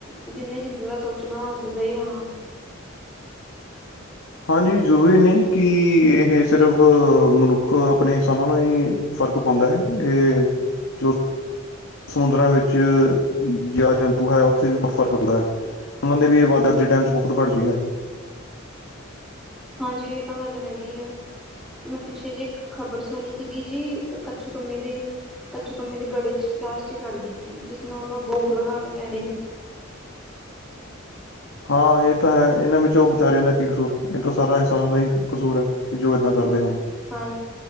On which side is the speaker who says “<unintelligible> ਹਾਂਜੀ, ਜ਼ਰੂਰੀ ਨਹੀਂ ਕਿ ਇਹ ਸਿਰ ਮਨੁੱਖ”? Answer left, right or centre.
Left